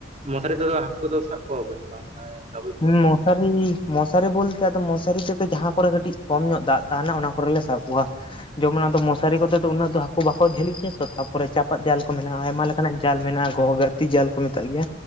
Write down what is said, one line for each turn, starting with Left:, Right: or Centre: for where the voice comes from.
Right: ᱢᱚᱥᱟᱨᱤ ᱛᱮ ᱫᱚ ᱦᱟᱹᱠᱩ ᱫᱚ ᱥᱟᱵ ᱠᱚᱣᱟ ᱯᱮ ᱥᱮ ᱵᱟᱝ ᱜᱮ?
Left: ᱦᱮᱸ ᱢᱚᱥᱟᱨᱤ ᱢᱚᱥᱟᱨᱤ ᱵᱚᱞᱛᱮ ᱟᱫᱚ ᱢᱚᱥᱟᱨᱤ ᱛᱮ ᱫᱚ ᱡᱟᱦᱟᱸ ᱠᱚᱨᱮ ᱠᱟᱹᱴᱤᱡ ᱠᱚᱢ ᱧᱚᱜ ᱫᱟᱜ ᱛᱟᱦᱮᱱᱟ ᱚᱱᱟ ᱠᱚᱨᱮ ᱞᱮ ᱥᱟᱵ ᱠᱚᱣᱟ ᱡᱮᱢᱚᱱ ᱟᱫᱚ ᱢᱚᱥᱟᱨᱤ ᱠᱚᱛᱮ ᱫᱚ ᱩᱱᱟᱹᱜ ᱫᱚ ᱦᱟᱹᱠᱩ ᱵᱟᱠᱚ ᱡᱷᱟᱹᱞᱤᱜ ᱜᱮᱭᱟ ᱛᱚ ᱛᱟᱯᱚᱨᱮ ᱪᱟᱯᱟᱫ ᱡᱟᱞ ᱠᱚ ᱢᱮᱱᱟᱜᱼᱟ ᱟᱭᱢᱟ ᱞᱮᱠᱟ ᱱᱟᱜ ᱡᱟᱞ ᱢᱮᱱᱟᱜᱼᱟ ᱜᱚᱦᱚ ᱜᱟᱛᱤ ᱡᱟᱞ ᱠᱚ ᱢᱮᱛᱟᱜ ᱜᱮᱭᱟ